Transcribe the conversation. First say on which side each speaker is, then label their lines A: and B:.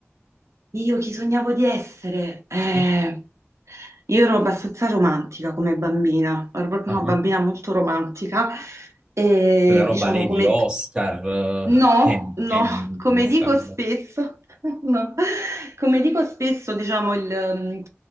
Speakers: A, on the right (about 80°); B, on the right (about 15°).
A: Io chi sognavo di essere? Eh,
B: Sì.
A: io ero abbastanza romantica come bambina, ero proprio
B: Ah.
A: una bambina molto romantica e
B: quella roba
A: diciamo
B: Lady
A: come,
B: Oscar,
A: No,
B: eh, Ken
A: no,
B: Candy,
A: come
B: questa
A: dico
B: roba.
A: spesso, <laughs> no. Come dico spesso, diciamo, il, mm,